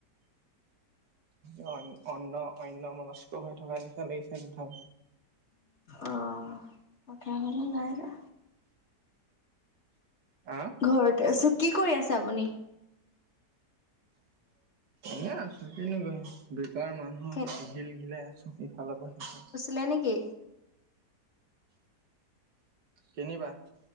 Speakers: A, on the right; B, on the left.
A: অ অন অন্য মনস্ক হৈ থকাৰ নিচিনা লাগিছে কথাবোৰ।
B: অ। পঠিয়া ঘলে নাই যোৱা।
A: হা?
B: ঘৰতে আছো। কি কৰি আছে আপুনি?
A: এনে আছো কিনো কৰিম, বেকাৰ মানুহ
B: কে
A: টিঘিল ঘিলাই আছো ইফালৰ পৰা সিফালে।
B: লে নেকি?
A: কিনিবা?